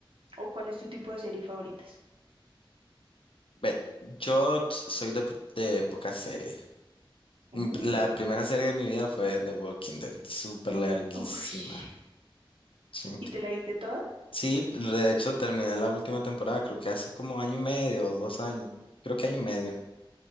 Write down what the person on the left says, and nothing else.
Ve, yo t- soy de, po- de pocas series. Mm,
La primera serie de mi vida fue The Walking Dead, súper larguísima.
sí.
Sí, de hecho terminé la última temporada, creo que hace como año y medio o dos años, creo que año y medio,